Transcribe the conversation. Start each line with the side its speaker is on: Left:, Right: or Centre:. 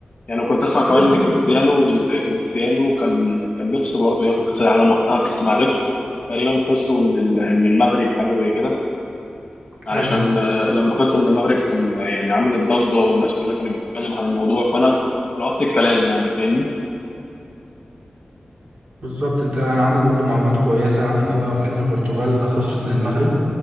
Left: يعني كنت اسمع كمان
Right: ايوه
Left: ان كريستيانو كريستيانو كان كان نفسه برضه ياخد كاس العالم وقتها بس ما عرفش تقريبا خسروا من ال- من المغرب حاجه زي كده علشان
Right: أيوة.
Left: آه، لما خسروا من المغرب كان آه، يعني عملت ضجه والناس كلها كانت بتتكلم عن الموضوع فانا لقطت الكلام يعني فاهمني
Right: بالظبط انت يعني عندك برضو معلومات كويسه يعني ايوه فعلا البرتغال خسرت من المغرب